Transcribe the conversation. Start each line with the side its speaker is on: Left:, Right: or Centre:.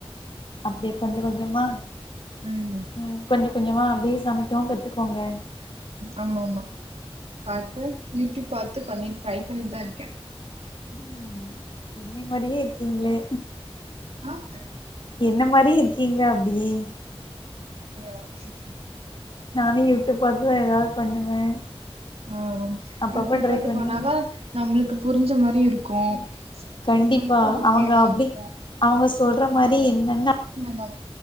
Left: அப்படியே கொஞ்சம் கொஞ்சமா
Right: ம்
Left: உம் கொஞ்சம் கொஞ்சமா அப்படியே சமைக்கவும் கத்துக்கோங்க
Right: ஆமா ஆமா பாப்பேன் யூடியூப் பாத்து பண்ணி ட்ரை பண்ணிட்டு தான் இருக்கேன்
Left: உம் என்னையே மாதிரியே இருக்கீங்களே
Right: ஆஹ்
Left: என்ன மாதிரி இருக் இருக்கீங்க அப்படியே
Right: ச ச
Left: நானே யூடூப் பாத்து தான் ஏதாவது பண்ணுவே
Right: ஆஹ்
Left: அப்பப்ப
Right: யூடுப்
Left: ட்ரை
Right: பாத்து
Left: பண்ணுவே
Right: பண்ணாதான் நம்மளுக்கு புரிஞ்ச மாதிரி இருக்கு க்கும்
Left: கண்டிப்பா
Right: நம்மளுக்கும் ஓக்கேவா
Left: அவங்க அப்டி
Right: இருக்கும்
Left: அவங்க சொல்ற மாரி
Right: ஆஹ்
Left: என்னென்ன
Right: <unintelligible>